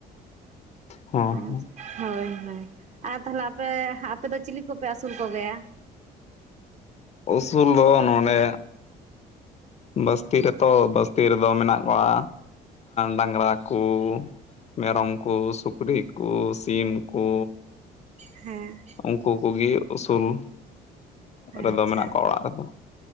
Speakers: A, on the left; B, on the right.
A: ᱦᱚᱸ
B: ᱟᱨ
A: ᱟᱪᱪᱷᱟ
B: ᱦᱳᱭ ᱦᱳᱭ ᱟᱨ ᱛᱟᱦᱚᱞᱮ ᱟᱯᱮ ᱟᱯᱮ ᱫᱚ ᱪᱤᱞᱤ ᱠᱚᱯᱮ ᱟᱹᱥᱩᱞ ᱠᱚ ᱜᱮᱭᱟ
A: ᱩᱥᱩᱞ ᱫᱚ ᱱᱚᱸᱰᱮ ᱵᱟᱹᱥᱛᱤ ᱨᱮᱛᱚ ᱵᱟᱹᱥᱛᱤ ᱨᱮᱫᱚ ᱢᱮᱱᱟᱜ ᱠᱚᱣᱟ ᱰᱟᱝᱨᱟ ᱠᱩ ᱢᱮᱨᱚᱢ ᱠᱩ ᱥᱩᱠᱨᱤ ᱠᱩ ᱥᱤᱢ ᱠᱩ
B: ᱦᱮᱸ
A: ᱩᱱᱠᱩ ᱠᱩᱜᱮ ᱩᱥᱩᱞ
B: ᱟᱪᱪᱷᱟ
A: ᱨᱮᱫᱚ ᱢᱮᱱᱟᱜ ᱠᱚᱣᱟ ᱚᱲᱟᱜ ᱨᱮᱫᱚ